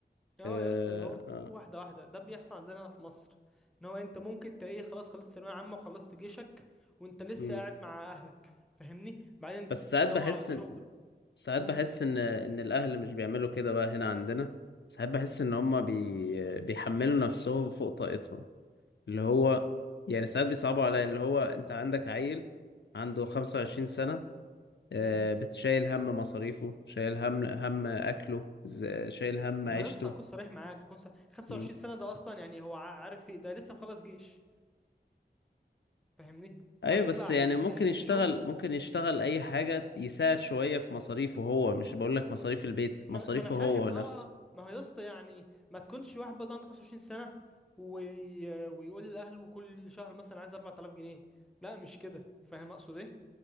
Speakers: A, in the centre; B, on the left.
A: اه
B: اه
A: يا اسطى اللي هو
B: اه
A: واحده واحده ده بيحصل عندنا هنا في مصر ان هو انت ممكن تلاقيه خلاص خلصت ثانويه عامه وخلصت جيشك وانت لسه
B: مم.
A: قاعد مع اهلك فاهمني بعدين
B: بس ساعات
A: تدور
B: بحس
A: على شغل
B: ان ساعات
A: اوه
B: بحس ان ان الاهل مش بيعملوا كده بقى هنا عندنا ساعات بحس ان هم بي... بيحملوا نفسهم فوق طاقتهم اللي هو يعني ساعات بيصعبوا عليا اللي هو انت عندك عيل عنده 25 سنة آه،
A: امم
B: بتشايل هم مصاريفه شايل هم هم أكله ز- شايل هم
A: ما
B: عيشته
A: هو يا اسطى اكون صريح معاك اكون صريح 25
B: مم.
A: سنه ده اصلا يعني هو ع- عارف ايه ده لسه مخلص جيش فاهمني
B: أيوة
A: وهيطلع
B: بس يعني
A: هيجي
B: ممكن
A: هيجيب
B: يشتغل
A: شغل
B: ممكن يشتغل أي حاجة يساعد شوية في مصاريفه هو مش بقول لك مصاريف البيت
A: ما
B: مصاريفه
A: انا ما أنا فاهم
B: هو
A: اه
B: نفسه
A: اه ما هو يا اسطى يعني ما تكونش واحد برضه عنده 25 سنه وي... ويقول لاهله كل شهر مثلا عايز 4000 جنيه لا مش كده فاهم اقصد ايه